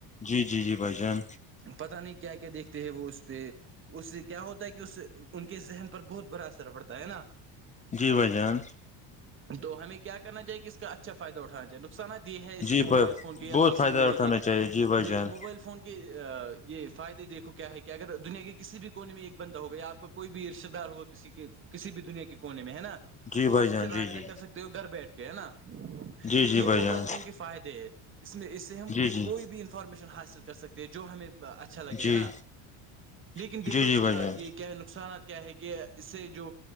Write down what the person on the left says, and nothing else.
جی جی جی بھائی جان
جی بھائی جان
جی
ب
بہت
فائدہ
اٹھانا
چاہیے جی بھائی
جان
جی
بھائی
جان
جی جی
جی جی
بھائی
جان
جی جی
جی
جی
جی
بھائی جان